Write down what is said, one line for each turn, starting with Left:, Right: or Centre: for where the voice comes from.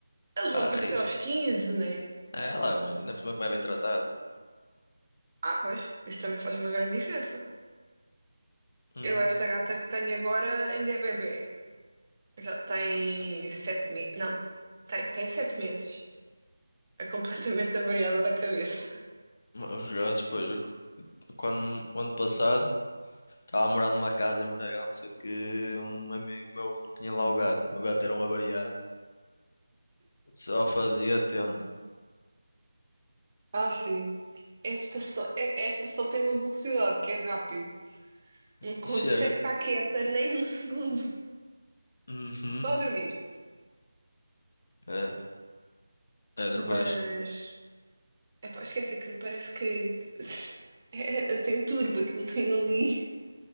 Right: Eles
Left: Tá
Right: vão
Left: a
Right: tipo
Left: rija.
Right: até aos quinze né?
Left: É, ela aguenta. Ainda por cima como é bem tratada.
Right: Ah, pois, isso também faz uma grande diferença.
Left: Hum.
Right: Eu, esta gata que tenho agora ainda é bebê. Já tem sete meses. Não, tem, tem sete meses. É completamente <laughs> avariada da cabeça.
Left: Os gajos, pois, Quando, o ano passado, estava a morar numa casa em Bragão, só que um amigo meu tinha lá o gato. O meu gato era um avariado. Só fazia tenda.
Right: Ah, sim. Esta só, é- esta só tem uma velocidade que é rápido. Não consegue
Left: E chega.
Right: estar quieta nem um segundo.
Left: Uhum.
Right: Só a dormir.
Left: É, é, depois.
Right: Mas, epá, esquece aquilo, parece que <laughs> é, tem turbo aquilo tem ali.